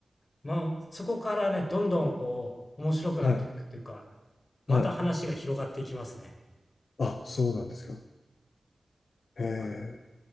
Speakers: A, on the left; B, on the left.
A: まあ、そこからね、どんどんこう面白くなっていくっていうか
B: はい。
A: また話が広がっていきますね。
B: はい。あ、そうなんですか。へえ、
A: 僕、呪